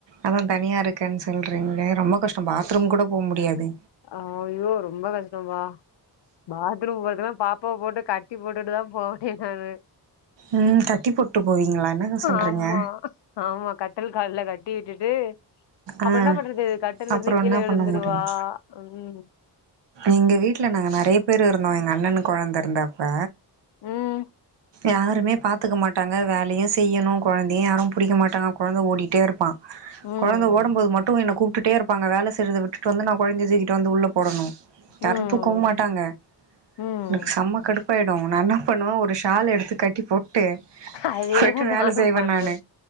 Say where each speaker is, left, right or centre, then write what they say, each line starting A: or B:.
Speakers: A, on the right; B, on the left.
A: அதான் தனியா இருக்கேன்னு சொல்கிறீங்களே ரொம்ப கஷ்டம் பாத்ரூம் கூட போக முடியாது
B: ஆ ஐயோ ரொம்ப கஷ்டம் பா பாத்ரூம் போறதுல்லாம் பாப்பாவ போட்டு கட்டி போட்டுட்டுதான் போவேன் நானு
A: ம் கட்டி போட்டு போவீங்களா என்னங்க சொல்றீங்க
B: ஆமா ஆமா கட்டில் கால்ல கட்டி விட்டுட்டு அப்றோ
A: ஆ
B: என்ன பண்றது கட்டில்ல
A: அப்றோ
B: இருந்து கீழே
A: என்ன
B: விழுந்துருவா
A: பண்ண முடியு
B: ம்
A: எங்க வீட்ல நாங்க நெறைய பேர் இருந்தோம் எங்க அண்ணன் கொழந்த இருந்தப்ப
B: ம்
A: யாருமே பாத்துக்க மாட்டாங்க வேலையும் செய்யணும் கொழந்தையும் யாரும் பிடிக்க மாட்டாங்க கொழந்த ஓடிகிட்டே இருப்பான்
B: ம்
A: கொழந்தை ஓடம்போது மட்டும் என்னை கூப்ட்டுடே இரு ப்பாங்க வேலை செய்றத விட்டுட்டு வந்து நான் கொழந்தைய தூக்கிட்டு வந்து உள்ள போடணும் யாரும்
B: ம்
A: தூக்கவும் மாட்டாங்க
B: ம்
A: எனக்கு செம்ம கடுப் பாயிடும் நான் என்ன பண்ணுவே ஒரு ஷால் எடுத்து கட்டி போட்டு
B: அதேதா
A: போயிட்டு வேலை
B: நானு
A: செய்வேன்
B: பண்ணே
A: நானு